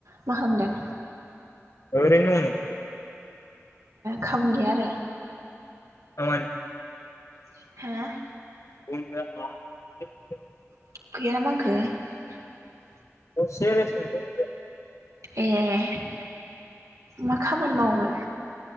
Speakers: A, on the right (about 85°); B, on the left (about 70°).
A: मा खालामदों?
B: ओरैनो दङो
A: खामानि गैया आरो
B: <unintelligible>
A: <unintelligible>
B: बुं <unintelligible>
A: <unintelligible>
B: दसे दसेनो <unintelligible>
A: ए मा खामानि मावो